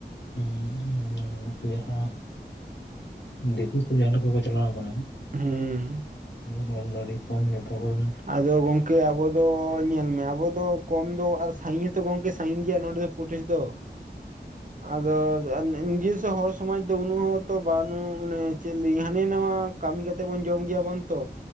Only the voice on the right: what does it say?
ᱦᱩᱸ
ᱟᱫᱚ ᱜᱚᱝᱠᱮ ᱟᱵᱚ ᱫᱚ ᱧᱮᱞᱢᱮ ᱟᱵᱚ ᱫᱚ ᱠᱚᱢ ᱫᱚ ᱟᱨ ᱥᱟᱹᱜᱤᱧ ᱦᱚᱸᱛᱚ ᱜᱚᱝᱠᱮ ᱥᱟᱹᱜᱤᱧ ᱜᱮᱭᱟ ᱱᱚᱰᱮ ᱫᱚ ᱯᱚᱴᱮᱥ ᱫᱚ᱾ ᱟᱫᱚ ᱤᱧ ᱜᱤ ᱥᱮ ᱦᱚᱲ ᱥᱚᱢᱟᱡᱽ ᱫᱚ ᱩᱱᱩᱶᱚᱹᱜᱚᱛᱚ ᱵᱟᱹᱱᱩᱜ ᱢᱟᱱᱮ ᱪᱮᱫ ᱞᱟ. ᱭᱤᱧ? ᱦᱟᱱᱤ ᱱᱟᱣᱟ ᱠᱟᱹᱢᱤ ᱠᱟᱛᱮ ᱵᱚᱱ ᱡᱚᱢ ᱜᱮᱭᱟᱵᱚᱱ ᱛᱚ᱾